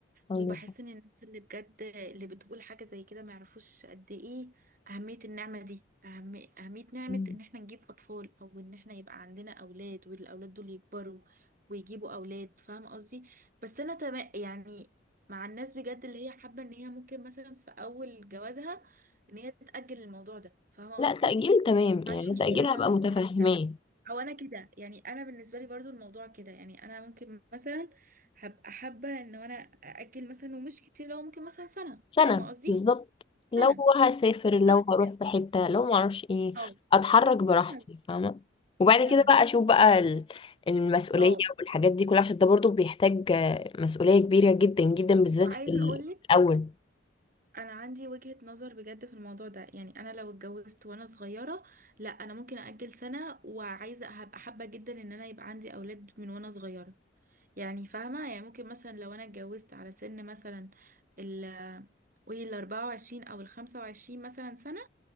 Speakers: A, on the left (about 25°); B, on the right (about 45°).
A: ايوه
B: وبحس
A: صح
B: ان الناس اللي بجد اللي بتقول حاجة زي كده ما يعرفوش قد ايه أهمية النعمة دي أهم أهمية نعمة
A: مم.
B: ان احنا نجيب أطفال او ان احنا يبقى عندنا أولاد والأولاد دول يكبروا ويجيبوا أولاد فاهم قصدي بس انا تمام يعني مع الناس بجد اللي هي حابة ان هي ممكن مثلا في اول جوازها ان هي تتأجل الموضوع ده فاهمة
A: لا
B: قصدي
A: تأجيل تمام يعني
B: ما عنديش مشكلة
A: تأجيل
B: تمام
A: هبقى متفهماه
B: في ده او انا كده يعني انا بالنسبة لي برضو الموضوع كده يعني انا ممكن مثلا هبقى حابة ان انا اجل مثلا ومش كتير لو ممكن مثلا سنة
A: سنة
B: فاهمة قصدي
A: بالظبط لو
B: سنة
A: هسافر
B: بالظبط
A: لو هروح
B: كده
A: في حتة لو معرفش ايه
B: اه
A: اتحرك براحتي
B: سنة
A: فاهمة وبعد
B: سنة
A: كده بقى اشوف بقى
B: لكن-
A: ال- المسؤولية
B: اه
A: والحاجات دي كلها عشان ده برضو بيحتاج آه، مسؤولية كبيرة جدا جدا بالذات
B: وعايزة
A: في ال-
B: اقولك
A: الأول
B: انا عندي وجهة نظر بجد في الموضوع ده يعني انا لو اتجوزت وانا صغيرة لا انا ممكن اجل سنة وعايزة هبقى حابة جدا ان انا يبقى عندي اولاد من وانا صغيرة يعني فاهمة يعني ممكن مثلا لو أنا اتجوزت على سن مثلا ال قولي الأربعة وعشرين أو الخمسة وعشرين مثلا سنة